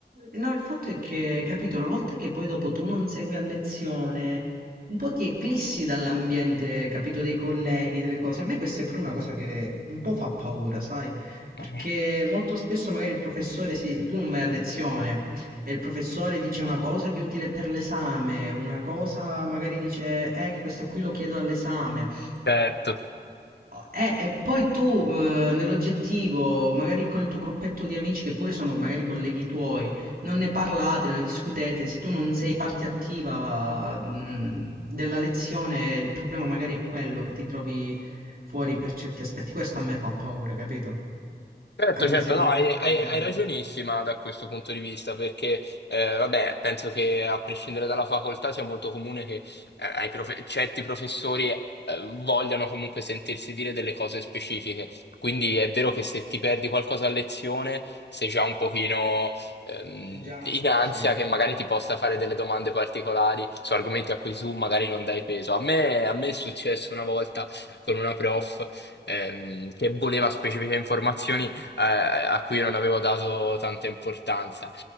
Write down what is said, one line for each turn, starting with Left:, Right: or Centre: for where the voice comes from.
Right: No, il fatto è che, capito, una volta che poi dopo tu non segui a lezione, un po' ti eclissi dall'ambiente, capito, dei colleghi, delle cose. A me questa è pure una cosa che un po' fa paura, sai? Perché
Left: Mhm.
Right: molto spesso magari il professore, sì, tu non vai a lezione e il professore dice una cosa che è utile per l'esame, una cosa magari dice, eh, che questo qui lo chiedo all'esame.
Left: Certo.
Right: Eh, e poi tu, eh, nell'oggettivo, magari con il tuo gruppetto di amici, che pure sono magari colleghi tuoi, non ne parlate, non ne discutete. Se tu non sei parte attiva, mh, della lezione, il problema magari è quello che ti trovi fuori per certi aspetti. Questo a me fa paura, capito?
Left: Certo,
Right: Anche
Left: certo,
Right: se comunque
Left: no, hai,
Right: tante-
Left: hai- hai ragionissima da questo punto di vista, perché eh, vabbè, penso che a prescindere dalla facoltà sia molto comune che eh, ai profe- certi professori eh, vogliano comunque sentirsi dire delle cose specifiche. Quindi è vero che se ti perdi qualcosa a lezione, sei già un pochino ehm,
Right: già
Left: in
Right: un po'
Left: ansia
Right: sì.
Left: che magari ti possa fare delle domande particolari su argomenti a cui tu magari non dai peso. A me, a me è successo una volta con una prof ehm, che voleva specifiche informazioni eh, a cui non avevo dato tanta importanza.